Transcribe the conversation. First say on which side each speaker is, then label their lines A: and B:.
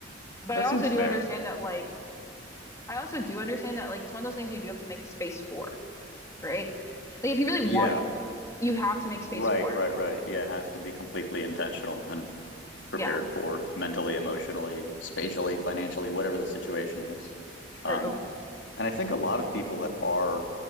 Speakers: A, on the left (about 15°); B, on the left (about 85°).
A: But
B: that
A: I also
B: seems fair.
A: do understand that like I also do understand that like it's one of those things you do have to make space for, right? Like if you really
B: Yeah,
A: want it, you have to make
B: right,
A: space for
B: right,
A: it.
B: right. Yeah, it has to be completely intentional and prepared
A: Yeah,
B: for mentally, emotionally, spatially, financially, whatever the situation is.
A: true.
B: Um, and I think a lot of people that are